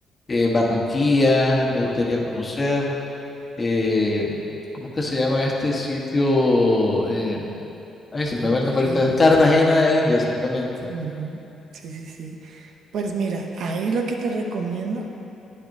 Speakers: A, on the left (about 30°); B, on the right (about 75°).
A: eh, Barranquilla, me gustaría conocer eh, ¿cómo es que se llama este sitio? Eh, ay, se me
B: Cartagena.
A: va el nombre ahorita. Cartagena de India, exactamente.
B: Ujú, Sí, sí, sí. Pues mira, ahí lo que te recomiendo